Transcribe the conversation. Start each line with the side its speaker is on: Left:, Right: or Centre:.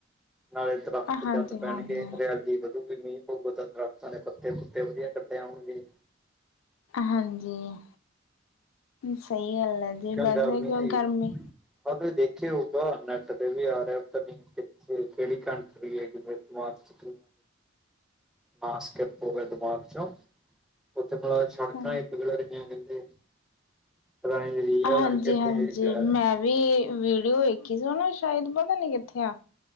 Centre: ਨਾਲੇ, ਦਰਖਤ
Left: ਹਾਂਜੀ
Centre: ਚੱਲ
Left: ਹਾਂਜੀ
Centre: ਪੈਣਗੇ, ਹਰਿਆਲੀ ਫਿਰ ਮੀਂਹ ਪਊਗਾ, ਤਾਂ ਦਰਖਤਾਂ, ਦੇ ਪੱਤੇ ਪੁੱਤੇ ਵਧੀਆ ਕਢੇ ਆਉਣਗੇ।
Left: ਹਾਂਜੀ, ਸਹੀ ਗੱਲ ਹੈ ਜੀ।
Centre: ਕਿਆ
Left: ਵੈਸੇ
Centre: ਗਰਮ
Left: ਕਿਉਂ
Centre: ਹੈ,
Left: ਗਰਮੀ
Centre: ਆਹ ਦੇਖਿਆ ਹੋਊਗਾ ਨੈੱਟ ਤੇ ਵੀ ਆ ਰਿਹਾ ਨਹੀਂ ਕਿਹੜੀ ਕਣਕ <inaudible> ਹੈਗੀ ਮਾਰਚ <unintelligible> <inaudible>
Left: ਹਾਂ।
Centre: ਪਤਾ ਨੀ ਰੀਅਲ
Left: ਹਾਂਜੀ
Centre: ਆ ਕਿੱਥੇ
Left: ਹਾਂਜੀ
Centre: ਹੈਗਾ
Left: ਮੈਂ ਵੀ ਵੀਡੀਓ ਵੇਖੀ ਸੀੋ ਨਾ ਸ਼ਾਇਦ ਪਤਾ ਨੀ ਕਿੱਥੇ ਆ।